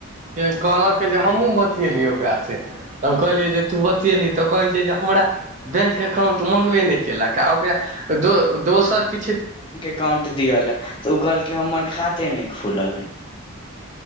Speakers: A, on the right (about 35°); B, on the left (about 25°).
A: के कहलक जे हमहूँ बतिएलियी ओकरासँ हम कहलियै जे तू बतिएलही तऽ कहैत छिय जे हमरा बैंक अकाउंट मंगबे नहि केलक आ ओकरा द दोसर किछु
B: अकाउंट दियल लै तऽ ओ कहलक हमर खाते नहि खुलल है